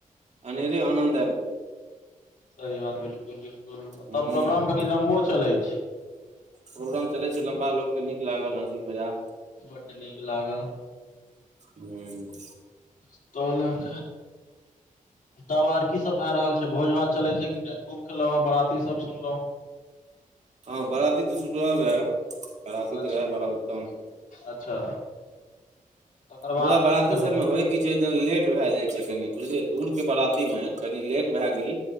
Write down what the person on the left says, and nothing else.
स बात बिल्कूल बिल्कूल
तब प्रोग्राम कनि लम्बो चलै छै
बड्ड नीक लागल
लऽ कऽ तब आर की सभ भऽ रहल छै भोज भात चले छै कि नहि खूब खेलौ हे बराती सब सुनलहूँ
अच्छा
अच्छा तकर बाद
नहि खेलहुँ